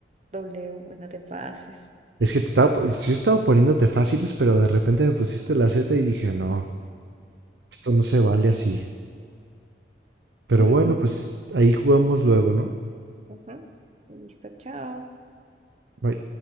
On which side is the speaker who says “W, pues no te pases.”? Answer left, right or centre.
Right